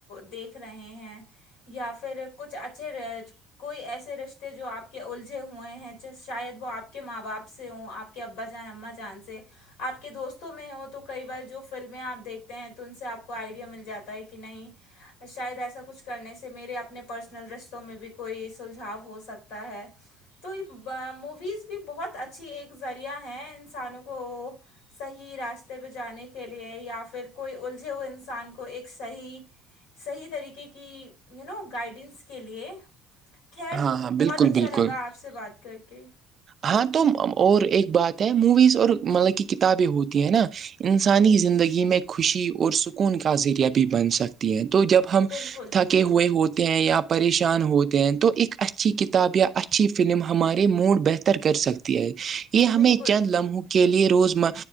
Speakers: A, on the left; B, on the right.
A: دیکھ رہے ہیں یا پھر کچھ اچھے کوئی ایسے رشتے جو آپ کے الجھے ہوئے ہیں شاید وہ آپ کے ماں باپ سے ہوں آپ کے کہ ابا جان اماں جان سے آپ کے دوستوں میں وہ تو کئی بار جو فلمیں آپ دیکھتے ہیں تو ان سے آپ کو آئیڈیا مل جاتا ہے کہ نہیں شاید ایسا کچھ کرنے سے سے میرے اپنے پرسنل رشتوں میں بھی کوئی سلجھاؤ ہو سکتا ہے تو یہ موویز بھی بہت اچھی ایک ذریعہ ہیں انسانوں کو صحیح راستے پہ جانے کے لیے یا پھر کوئی الجھے ہوئے انسان کو ایک صحیح صحیح طریقے کی یو نو گائیڈنس کے لیے خیر
B: ہاں ہاں
A: بہت
B: بالکل
A: اچھا
B: بالکل
A: لگا آپ سے بات کر کے
B: ہاں تو اور ایک بات ہے موویز اور مطلب
A: جی
B: کہ کتابیں ہوتی ہیں نا انسانی
A: جی
B: زندگی
A: جی جی
B: میں خوشی اور سکون کا ذریعہ بھی بن سکتی ہے تو جب ہم
A: بالکل بالکل
B: تھکے ہوئے ہوتے ہیں یا پریشان ہوتے ہیں تو ایک اچھی کتاب یا اچھی فلم ہمارے موڈ بہتر کر سکتی ہے یہ
A: بالکل
B: ہمیں چند لمحوں کے لیے روزمہ